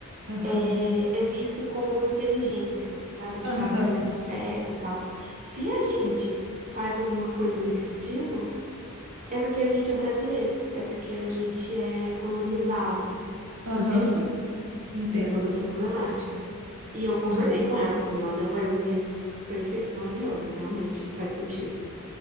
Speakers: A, on the right; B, on the right.
A: Aham.
B: é, é visto como inteligência, sabe? Tipo,
A: Aham.
B: ah, você é mais esperto e tal. Se a gente faz alguma coisa nesse estilo, é porque a gente é brasileiro, é porque a gente é colonizado,
A: Aham.
B: entende?
A: Entendo.
B: Tem toda essa problemática. E eu concordei
A: Aham.
B: com ela, assim, ela deu argumentos perfeitos, maravilhosos, realmente faz sentido.